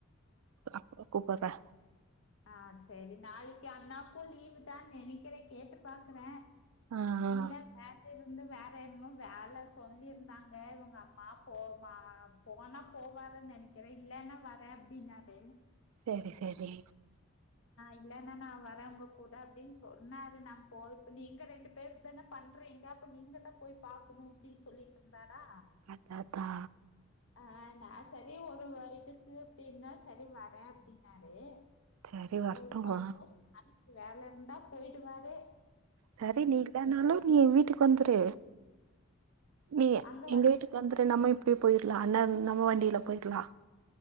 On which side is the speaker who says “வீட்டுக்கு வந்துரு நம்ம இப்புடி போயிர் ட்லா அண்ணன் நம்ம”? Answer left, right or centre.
Right